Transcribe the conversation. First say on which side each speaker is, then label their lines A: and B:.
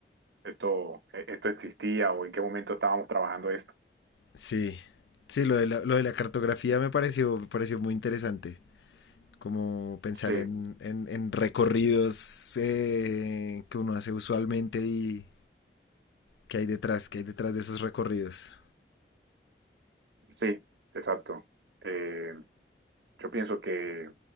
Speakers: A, on the right; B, on the left.
A: esto, e-, esto existía o en qué momento estábamos trabajando esto.
B: sí. Sí, lo de la, lo de la cartografía me pareció, me pareció muy interesante. Como pensar
A: Sí,
B: en, en- en recorridos eh, que uno hace usualmente y, ¿Qué hay detrás? ¿Qué hay detrás de esos recorridos?
A: sí, exacto. Eh, yo pienso que